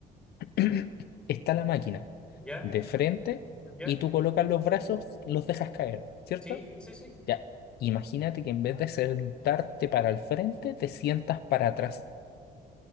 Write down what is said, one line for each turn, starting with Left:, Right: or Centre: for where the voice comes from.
Left: <clears throat> Está la máquina
Centre: ya,
Left: de frente
Centre: ya,
Left: y tú colocas los brazos, los dejas caer, ¿cierto?
Centre: sí, sí, sí,
Left: Ya, imagínate que en vez de sentarte para el frente, te sientas para atrás.